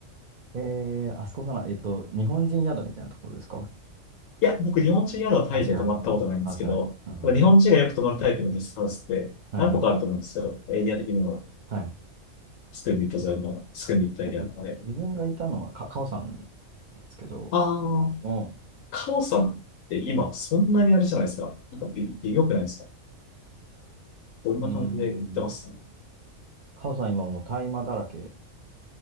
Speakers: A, on the right; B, on the left.
A: う。えー、あそこかな。えっと、日本人宿みたいなところですか
B: いや、僕、日本人宿はタイで泊まったことないんですけど、
A: あ、違う。変わってない。うん。
B: 日本人がよく泊まるタイプのゲストハウスって何個かあると思うんですけど、
A: はいはい。
B: エリア的にも、
A: はい。
B: スクンビット沿いのスクンビットエリアとかで。
A: 結構自分がいたのは、か、カオさんですけど、
B: ああ、
A: あの、
B: カオさんって今、
A: うん、
B: そんなにあれじゃないですか。なんかび、微妙くないですか。どんな感じで行ってます
A: うーん、カオさん今もう大麻だらけ